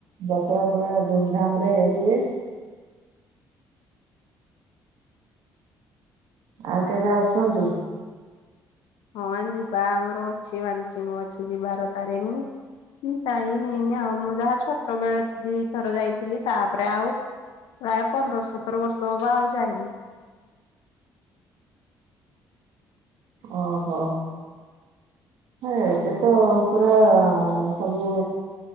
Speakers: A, on the right; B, on the left.
A: ଯାତ୍ରା ପୁରା ଧୁମ୍ଧାମ୍ରେ ହୁଏ। ଆଉ କେବେ ଆସନ୍ତୁ।
B: ହଁ ଯିବା ଆମର ଅଛି ମାନସିକ ଅଛି ଯିବାର ତାରେଣୀ। ମୁଁ ଯାଇ ହେଇନି ଆଉ ମୁଁ ଯାହା ଛୋଟ ବେଳେ ଦିଥର ଯାଇଥିଲି ତାପରେ ଆଉ ପ୍ରାୟ ପନ୍ଦର ସତର ବର୍ଷ ହେବ ଆଉ ଯାଇନି।
A: ଓହୋ ଏବେ ତ ପୁରା ସବୁ